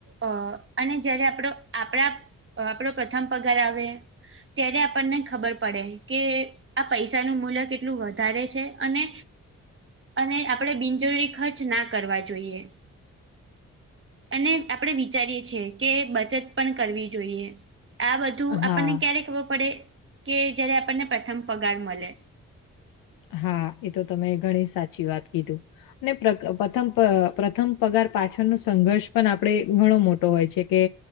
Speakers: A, on the right; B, on the left.
A: અ અને જ્યારે આપણો આપણા આપણો પ્રથમ પગાર આવે. ત્યારે આપણને ખબર પડે. કે એ આ પૈસાનું મૂલ્ય કેટલું વધારે છે. અને અને આપણેે બિન જરૂરી ખર્ચ ના કરવા જોઈએ. અને આપણે વિચારીએ છીએ. કે બચત પણ કરવી જોઈએ. આ બધું
B: હા
A: આપણને ક્યારે ખબર પડે કે જયારે આપણને પ્રથમ પગાર મલે.
B: હા એ તો તમે ઘણી સાચી વાત કીધું. ને પ્રગ-પ્રથમ પ પ્રથમ પગાર પાછળનો સંઘર્ષ પણ આપડી ઘણો મોટો હોય છે કે